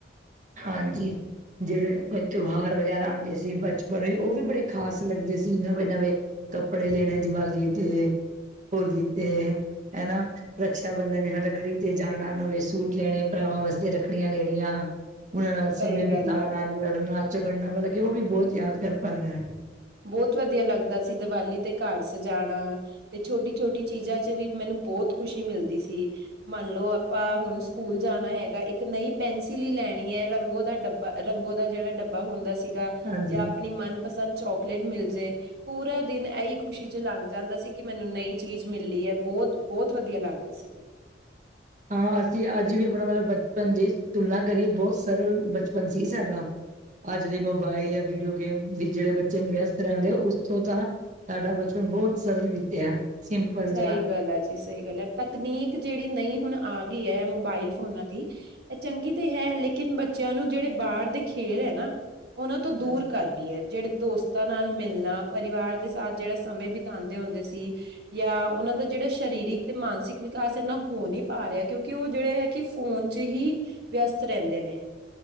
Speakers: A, on the right; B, on the right.
A: ਹਾਂਜੀ। ਜਿਹੜੇ ਤਿਉਹਾਰ ਵਗੈਰਾ ਆਉਂਦੇ ਸੀ ਬਚਪਨ ਵਿੱਚ ਉਹ ਵੀ ਬੜੇ ਖ਼ਾਸ ਲੱਗਦੇ ਸੀ ਨਵੇਂ ਨਵੇਂ ਕੱਪੜੇ ਲੈਣੇ ਦੀਵਾਲੀ ਤੇ ਹੋਲੀ ਤੇ ਹੈਨਾ? ਰਕਸ਼ਾ ਬੰਧਨ ਰੱਖੜੀ ਤੇ ਜਾਣਾ ਨਵੇਂ ਸੂਟ ਲੈਣੇ ਭਰਾਵਾਂ ਵਾਸਤੇ ਰੱਖੜੀਆਂ ਲੈਣੀਆਂ। ਉਹਨਾਂ ਨਾਲ ਸਮੇਂ
B: ਸਹੀ
A: ਬਿਤਾਨਾ
B: ਗੱਲ ਆ
A: ਲੜਨਾ ਝਗੜਨਾ ਮਤਲਬ ਕਿ ਉਹ ਵੀ ਬਹੁਤ ਯਾਦ ਕਰ ਪਲ ਹੈ।
B: ਬਹੁਤ ਵਧੀਆ ਲੱਗਦਾ ਸੀ ਦੀਵਾਲੀ ਤੇ ਘਰ ਸਜਾਣਾ। ਤੇ ਛੋਟੀ ਛੋਟੀ ਚੀਜ਼ਾਂ ਚ ਵੀ ਮੈਨੂੰ ਬਹੁਤ ਖੁਸ਼ੀ ਮਿਲਦੀ ਸੀ। ਮੰਨ ਲਓ ਆਪਾਂ ਹੁਣ ਸਕੂਲ ਜਾਣਾ ਹੈਗਾ ਇੱਕ ਨਈ ਪੈਨਸਿਲ ਹੀ ਲੈਣੀ ਹੈ ਰੰਗੋ ਦਾ ਡੱਬਾ ਰੰਗੋ ਦਾ ਜਿਹੜਾ ਡੱਬਾ ਹੁੰਦਾ ਸੀਗਾ
A: ਹਾਂਜੀ
B: ਯਾ ਆਪਣੀ ਮਨਪਸੰਦ ਚੋਕਲੇਟ ਮਿਲ ਜੇ ਪੂਰਾ ਦਿਨ ਇਹੀ ਖੁਸ਼ੀ ਚ ਲੰਘ ਜਾਂਦਾ ਸੀ ਕਿ ਮੈਨੂੰ ਨਈ ਚੀਜ਼ ਮਿਲੀ ਐ ਬੋਤ ਬੋਤ ਵਧੀਆ ਲੱਗਦਾ ਸੀ।
A: ਹਾਂ ਅਸੀਂ ਅੱਜ ਵੀ ਆਪਣਾ ਮਤਲਬ ਬਚਪਨ ਦੀ ਤੁਲਨਾ ਕਰੀਏ ਬੋਤ ਸਰਲ ਬਚਪਨ ਸੀ ਸਾਡਾ। ਅੱਜ ਦੇ ਮੋਬਾਇਲ ਯਾ ਵੀਡੀਓ ਗੇਮ ਵੀ ਜਿਹੜੇ ਬੱਚੇ ਵਿਅਸਤ ਰਹਿੰਦੇ ਆ ਉਸ ਤੋਂ ਤਾਂ ਸਾਡਾ ਬਚਪਨ ਬਹੁਤ ਸਰਲ ਬੀਤਿਆ। ਸਿੰਪਲ
B: ਸਹੀ
A: ਜਾ
B: ਗੱਲ ਐ ਜੀ ਸਹੀ ਗੱਲ ਐ ਤਕਨੀਕ ਜਿਹੜੀ ਨਈ ਹੁਣ ਆ ਗਈ ਐ ਮੋਬਾਇਲ ਫੋਨਾਂ ਦੀ ਇਹ ਚੰਗੀ ਤੇ ਹੈ ਲੇਕਿਨ ਬੱਚਿਆਂ ਨੂੰ ਜਿਹੜੇ ਬਾਹਰ ਦੇ ਖੇਲ ਐ ਨਾ ਉਹਨਾਂ ਤੋਂ
A: ਹਾਂਜੀ।
B: ਦੂਰ ਕਰਦੀ ਐ, ਜਿਹੜੇ ਦੋਸਤਾਂ ਨਾਲ ਮਿਲਣਾ ਪਰਿਵਾਰ ਦੇ ਸਾਥ ਜਿਹੜਾ ਸਮੇਂ ਬਿਤਾਉਂਦੇ ਹੁੰਦੇ ਸੀ ਯਾ ਉਹਨਾਂ ਦਾ ਜਿਹੜਾ ਸ਼ਰੀਰਿਕ ਤੇ ਮਾਨਸਿਕ ਵਿਕਾਸ ਇਨਾ ਹੋ ਨੀ ਪਾ ਰਿਆ ਕਿਉਂਕਿ ਉਹ ਜਿਹੜੇ ਐ ਕਿ ਫੋਨ ਵਿੱਚ ਹੀ ਵਿਅਸਤ ਰਹਿੰਦੇ ਨੇ।